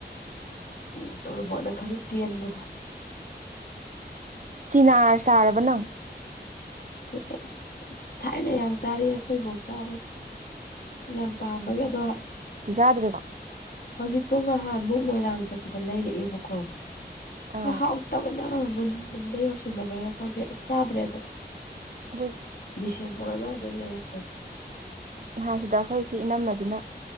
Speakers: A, on the left; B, on the right.
A: ꯎꯝ ꯇꯣꯔꯣꯕꯣꯠꯅ ꯈꯔ ꯇꯦꯟꯕꯗꯣ
B: ꯆꯤꯅꯥꯔ ꯆꯥꯔꯕ ꯅꯪ
A: ꯊꯥꯏꯅ ꯌꯥꯝ ꯆꯥꯔꯛꯑꯦ ꯑꯩꯈꯣꯏ ꯏꯕꯣꯛ ꯆꯥꯕꯒꯤ ꯌꯥꯝ ꯄꯥꯝꯕꯒꯤ ꯑꯗꯣ
B: ꯖꯥꯗ꯭ꯔꯤꯕꯣ
A: ꯍꯧꯖꯤꯛꯇꯣ ꯉꯍꯥꯟꯃꯨꯛ ꯃꯣꯏꯔꯥꯡ ꯆꯠꯄꯗ ꯂꯩꯔꯛꯑꯦꯕꯀꯣ
B: ꯑꯥ
A: ꯑꯥꯎ ꯐꯠꯇꯕꯅ <unintelligible> ꯌꯧꯁꯤꯟꯅꯕꯩꯔ ꯈꯪꯗꯦ ꯑꯁ ꯆꯥꯗ꯭ꯔꯦ ꯑꯗꯨꯝ
B: ꯑꯗꯨ
A: ꯕꯤꯁꯦꯝꯄꯨꯔ ꯑꯗ꯭ꯋꯥꯏꯗꯩꯩ ꯂꯩꯔꯛꯄꯅꯤ
B: ꯅꯍꯥꯟ ꯁꯤꯗ ꯑꯩꯈꯣꯏ ꯁꯤ ꯏꯅꯝꯃꯖꯤꯅ